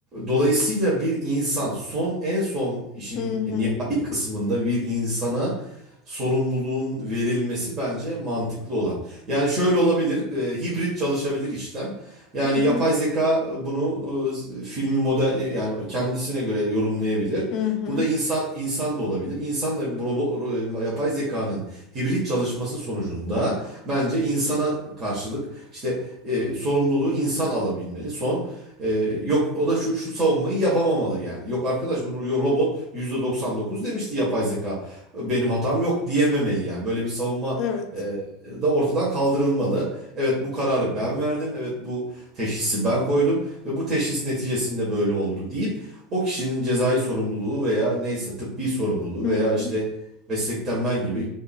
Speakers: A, on the right; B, on the left.
A: Dolayısıyla bir insan son en son işin
B: Hı hı.
A: nihai kısmında bir insana sorumluluğun verilmesi bence mantıklı olan. Yani şöyle olabilir, e, hibrit çalışabilir işlem. Yani
B: Hı hı.
A: yapay zeka bunu e, filmi model yani kendisine göre yorumlayabilir.
B: Hı hı.
A: Burada insan insan da olabilir. İnsanla robo- ro- yapay zekanın hibrit çalışması sonucunda bence insana karşılık işte e, sorumluluğu insan alabilmeli. Son ee, yok o da şu, şu savunmayı yapamamalı yani. Yok arkadaş bunu yo- robot %99 demişti yapay zeka. Benim hatam yok diyememeli yani. Böyle bir savunma
B: Evet.
A: e, da ortadan kaldırılmalı. Evet bu kararı ben verdim. Evet bu teşhisi ben koydum ve bu teşhis neticesinde böyle oldu deyip o kişinin cezai sorumluluğu veya neyse tıbbi sorumluluğu
B: Hı
A: veya
B: hı.
A: işte meslekten men gibi